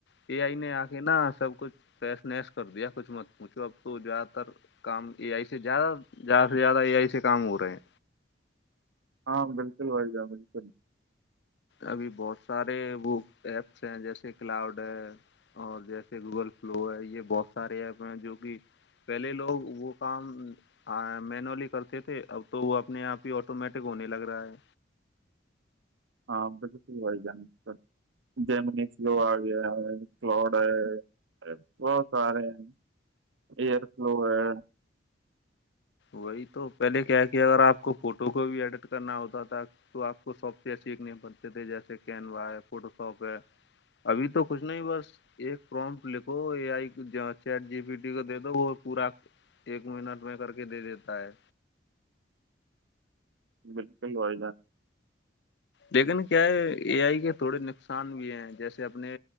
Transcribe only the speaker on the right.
ہاں بالکل وائی گا بالکل
ہاں بسے س ہو جائان س جیمنی فلو آ گیا ہے فلڈ ہے بہت سارے ہیں ایئر فلو ہے
بالکی ہو گا